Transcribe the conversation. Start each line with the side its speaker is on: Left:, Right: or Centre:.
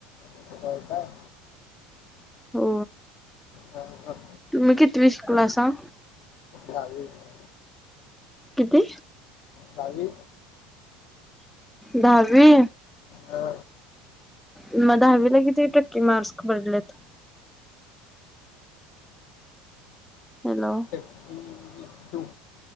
Left: होय काय
Centre: हो
Left: हम ह
Centre: तुम्ही कितीवी शिकलासां
Left: चालू आहे
Centre: किती
Left: चावी
Centre: दहावी
Left: हा
Centre: मग दहावी ला किती टक्के मार्क्स पडलेत हॅलो
Left: फिफ्टी टू